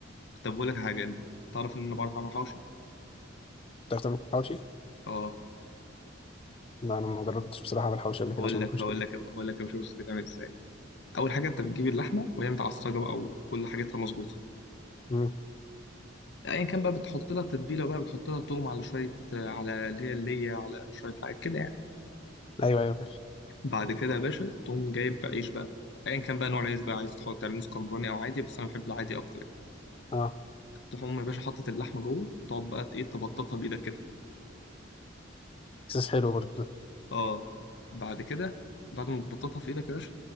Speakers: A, on the left; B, on the left.
A: طب بقول لك حاجه انت تعرف ان انا بعرف اعمل حواوشي
B: بتعرف تعمل حواوشي؟
A: اه
B: لا انا ما جربتش بصراحه اعمل حواوشي قبل
A: بقول
B: كده عشان
A: لك
B: ما اكونش
A: هقول
B: كده
A: لك هقول لك يا باشا بص بتعمل ازاي اول حاجه انت بتجيب اللحمه وهي متعصجه بقى وكل حاجتها مظبوطه
B: مم.
A: ايا كان بقى بتحط لها تتبيله بقى بتحط لها توم على شويه على اللي هي اللي هي على شويه حاجات كده يعني
B: ايوه ايوه ماشي
A: بعد كده يا باشا تقوم جايب بقى عيش بقى ايا كان بقى نوع العيش بقى عايز تحط تعمله اسكندراني او عادي بس انا بحب العادي اكتر يعني
B: اه
A: تقوم يا باشا حاطط اللحمه جوه تقعد بقى ايه تبططها بايدك كده
B: احساس حلو برضه ده
A: اه بعد كده بعد ما تبططها في ايدك يا باشا